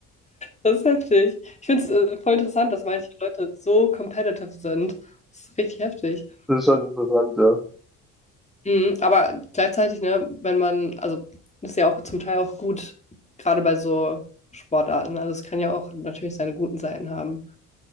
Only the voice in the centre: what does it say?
Das ist schon interessant, ja.